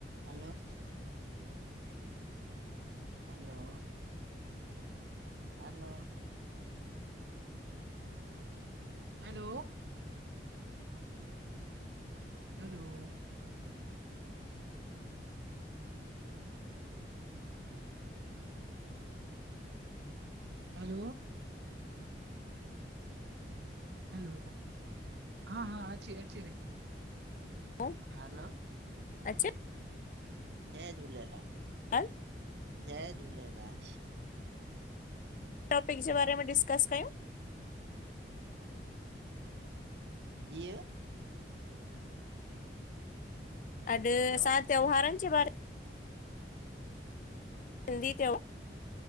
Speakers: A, on the right; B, on the left.
A: हलो! Hello! Hello! Hello! Hello! Hello! Hello! Hello हा- हा, अची- अची रही।
B: हलो
A: हलो!
B: अचे
A: जय झूलेलाल।
B: हा!
A: जय झूलेलाल।
B: टॉपिक जे बारे में डिस्कस कयूं।
A: जीउ
B: अॾ
A: हलो
B: असां त्योहारन जे बारे सिंधी त्यो